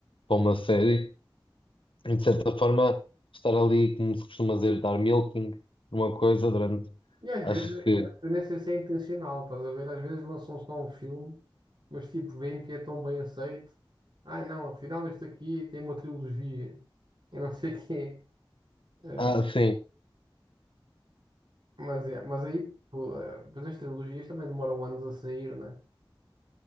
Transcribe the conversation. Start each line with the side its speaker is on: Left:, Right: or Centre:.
Left: para uma série, e de certa forma estar ali, como se costuma dizer, dar milking numa coisa durante,
Right: E às
Left: acho
Right: vezes,
Left: que,
Right: eu eu nem sei se é intencional, estás a ver? Às vezes lançam só um filme, mas tipo, veem que é tão bem aceito. Ai não, afinal este aqui tem uma trilogia. Eu não sei o quê. Eh,
Left: ah, sim.
Right: mas, é, mas aí, tipo, eh, depois as trilogias também demoram anos a sair, né?